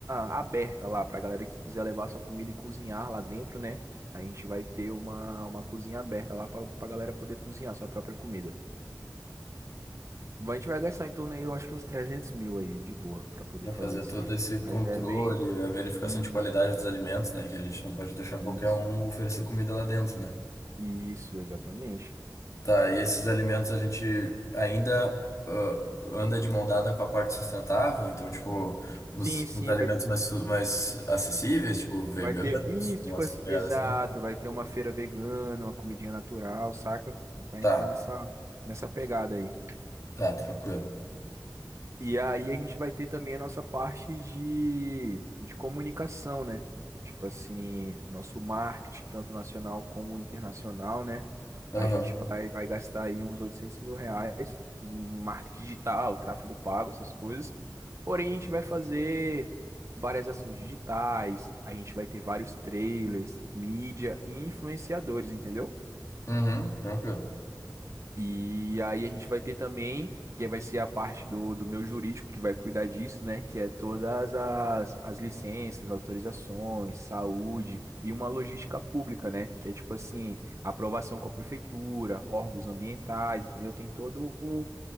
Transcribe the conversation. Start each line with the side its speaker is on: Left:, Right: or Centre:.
Right: aberta lá para a galera que quiser levar sua comida e cozinhar lá dentro, né? A gente vai ter uma, uma cozinha aberta lá para a galera poder cozinhar sua própria comida. A gente vai gastar em torno aí, eu acho que uns trezentos mil aí, de boa, para poder
Left: Para
Right: fazer
Left: fazer
Right: isso
Left: todo
Right: aí.
Left: esse controle,
Right: Mas é bem...
Left: a verificação
Right: Isso,
Left: de qualidade dos alimentos, né? Que a gente não pode deixar qualquer
Right: isso,
Left: um oferecer comida lá dentro, né?
Right: isso, exatamente.
Left: Tá, e esses alimentos a gente ainda ah, anda de mão dada com a parte sustentável, então, tipo, os,
Right: Sim, sim,
Left: os alimentos
Right: vai
Left: mais, su- mais acessíveis, tipo, veganos,
Right: Vai ter. E,
Left: tipo,
Right: tipo
Left: umas
Right: assim,
Left: pegadas
Right: exato,
Left: assim.
Right: vai ter uma feira vegana, uma comidinha natural, saca? Pra
Left: Tá,
Right: entrar nessa, nessa pegada aí.
Left: tá, tranquilo.
Right: E aí a gente vai ter também a nossa parte de, de comunicação, né? Tipo assim, nosso marketing, tanto nacional como internacional, né?
Left: Aham.
Right: A gente vai, vai gastar aí uns oitocentos mil reais em marketing digital, tráfego pago, essas coisas. Porém, a gente vai fazer várias ações digitais, a gente vai ter vários trailers, mídia e influenciadores, entendeu?
Left: Uhum, tranquilo.
Right: E aí a gente vai ter também, que vai ser a parte do, do meu jurídico, que vai cuidar disso, né? Que é todas as, as licenças, autorizações, saúde e uma logística pública, né? Que é tipo assim, aprovação com a prefeitura, órgãos ambientais, entendeu? Tem todo o-